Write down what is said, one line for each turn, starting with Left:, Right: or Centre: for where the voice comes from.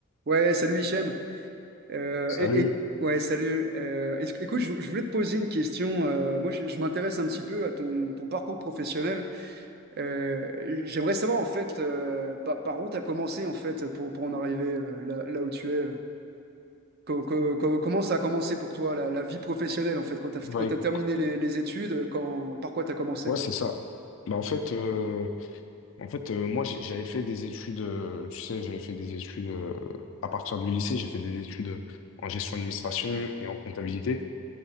Right: Ouais, salut Hichem. Euh,
Left: Salut.
Right: et, et- ouais, salut. Euh, est-ce- écoute, je, je voulais te poser une question. Euh, moi, je, je m'intéresse un petit peu à ton, ton parcours professionnel. Euh, j'aimerais savoir en fait euh, par, par où tu as commencé en fait pour, pour en arriver euh, là, là où tu es. euh. Co- co- co- comment ça a commencé pour toi la, la vie professionnelle en fait quand tu as,
Left: Bah,
Right: quand t'as
Left: éc-
Right: terminé les, les études, quand, par quoi tu as commencé
Left: ouais,
Right: quoi?
Left: c'est ça. Bah, en fait, euh, en fait euh, moi, j'ai- j'avais fait des études, euh, tu sais, j'avais fait des études euh, à partir du lycée, j'ai fait des études en gestion d'administration et en comptabilité.